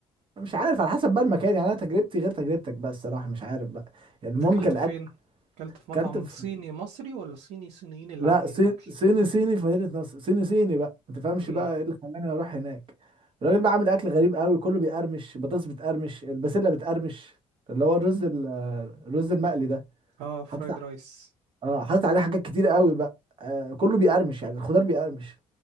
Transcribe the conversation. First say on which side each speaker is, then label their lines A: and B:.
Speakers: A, on the right; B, on the right.
A: مش عارف على حسب بقى المكان يعني انا تجربتي غير تجربتك بقى الصراحه مش عارف بقى يعني
B: انت
A: المهم
B: اكلت
A: كان
B: فين
A: اكل
B: اكلت في مطعم
A: اكلت في
B: صيني مصري ولا صيني صينيين اللي
A: لا
B: عاملين
A: صين-
B: الاكل
A: صيني صيني في مدينة نصر صيني صيني بقى ما تفهمش
B: امم
A: بقى ايه اللي خلاني اروح هناك الراجل بقى عامل اكل غريب قوي كله بيقرمش بطاطس بتقرمش البسلة بتقرمش اللي هو الرز
B: طب
A: ال- الرز المقلي ده
B: اه فرايد
A: حاطط ع-
B: رايس
A: اه حاطط عليه حاجات كتير قوي بقى آه كله بيقرمش يعني الخضار بيقرمش